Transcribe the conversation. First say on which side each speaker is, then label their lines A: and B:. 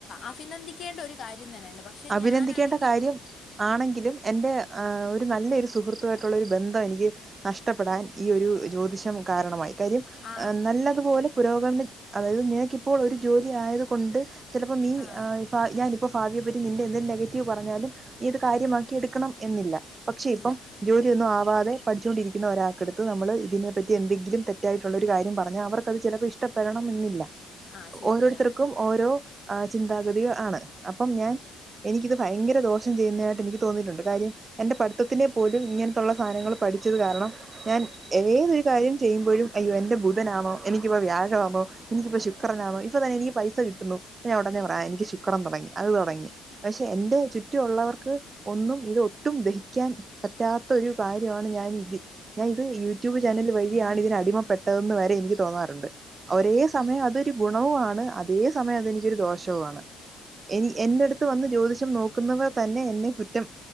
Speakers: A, on the left (about 45°); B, on the right (about 35°).
A: അഭിനന്ദിക്കേണ്ട ഒരു കാര്യം തന്നെയാണ് പക്ഷെ
B: അഭിനന്ദിക്കേണ്ട
A: ഞാനാണെങ്കിൽ
B: കാര്യം ആണെങ്കിലും എറെ ആ ഒരു ഒരു നല്ല ഒരു സുഹൃത്തുായിട്ടുള്ള ഒരു ബന്ധം എനിക്ക് നഷ്ടപ്പെടാൻ ഈ ഒരു ജ്യോതിഷം കാരണമായി കരീം
A: ആ
B: ഹ് നല്ലതുപോലെ പുരോഗമന അതായത് നിനക്കിപ്പോൾ ഒരു ജോലി ആയത് കൊണ്ട് ചിലപ്പോൾ നീ
A: ആ
B: ഹ് ഞാനിപ്പോൾ ഭാവിയെ പറ്റി നിന്റെ എന്ത്‌ നെഗറ്റീവ് പറഞ്ഞാലും ഇത് കാര്യമാക്കി എടുക്കണം എന്നില്ല പക്ഷെ
A: ഇല്ല
B: പ്പം ജോലി ഒന്നു ആ പോവാതെ പഠിച്ചുകൊണ്ടിരിക്കുന്ന ഒരാൾക്കെടുത്ത് നമ്മൾ ഇതിനെപ്പറ്റി എന്തെങ്കിലും തെറ്റായിട്ടുള്ള ഒരു കാര്യം പറഞ്ഞാൽ അവർക്കത് ചിലപ്പോൾ ഇഷ്ടപ്പെടമെന്നില്ല
A: ആ ശരിയാണ്
B: ഓരോരുത്തർക്കും ഓരോ ആ ചിന്താഗതി ആണ് അപ്പം ഞാൻ എനിക്കിത് ഭയങ്കര ദോഷം ചെയ്യുന്നതായിട്ട് എനിക്ക് തോന്നിയിട്ടുണ്ട് കാര്യം എന്റെ പഠിത്തത്തിനെ പോലും ഇങ്ങനത്തുള്ള സാധനങ്ങൾ പഠിച്ചത് കാരണം ഞാൻ ഏതൊരു കാര്യം ചെയ്യുമ്പോഴും അയ്യോ എന്റെ ബുധനാണോ എനിക്കിപ്പോ വ്യാഴമാണോ എനിക്കിപ്പോ ശുക്രനാണോ ഇപ്പൊ തന്നെ എനിക്ക് പൈസ കിട്ടുന്നു ഞാൻ ഉടനെ പറയാ എനിക്ക് ശുക്രൻ തുടങ്ങി അത് തുടങ്ങി പക്ഷെ എന്റെ ചുറ്റുമുള്ളവർക്ക് ഒന്നും ഇത് ഒട്ടും ദഹിക്കാൻ പറ്റാത്ത ഒരു കാര്യമാണ് ഞാൻ ഇത് ഞാൻ ഇത് യൂട്യൂബ് ചാനൽ വഴിയാണ് ഇതിനന് അടിമപ്പെട്ടതന്ന് വരെ എനിക്ക് തോന്നാറുണ്ട് ഒരേ സമയം അതൊരു ഗുണവു ആണ് അക്ഷേ എന്റെ ചുറ്റു ഉള്ളവർക്ക് ഒന്നും ഇതൊട്ടും ദഹിക്കാൻ പറ്റാത്ത ഒരു കാര്യവാണ് ഞാനിതി ഞാൻത് യൂറ്റൂബ് ചാനല് വഴിയാണ് ഇതിനടിമപ്പെട്ടതെന്ന് വരെ എനിക്ക് തോന്നാറുണ്ട്. ഒരേ സമയം അതൊരു ഗുണവു ആണ് അതേ സമയം അതെനിക്കൊരു ദോഷവു ആണ്. എനി എന്റട് പുറത്ത് വന്ന് ജ്യോതിഷം നോക്കുന്നവർ തന്നെ എന്നെ കുറ്റം